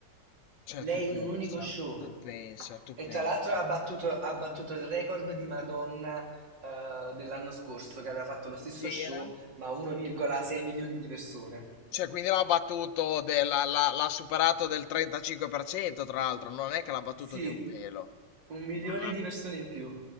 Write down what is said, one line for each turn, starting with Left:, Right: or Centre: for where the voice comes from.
Left: Cioè,
Right: Lei
Left: tu pensa,
Right: in un unico show.
Left: tu pensa, tu
Right: E tra
Left: pensa.
Right: l'altro ha battuto, ha battuto il record di Madonna, eh, dell'anno scorso, che aveva fatto lo stesso
Left: C'era?
Right: show, ma a 1,6 milioni di persone.
Left: Cioè, quindi l'ha battuto, della- l'ha l'ha superato del 35%, tra l'altro, non è che l'ha battuto
Right: Sì,
Left: di un pelo.
Right: un milione
Left: Ma
Right: di persone in più.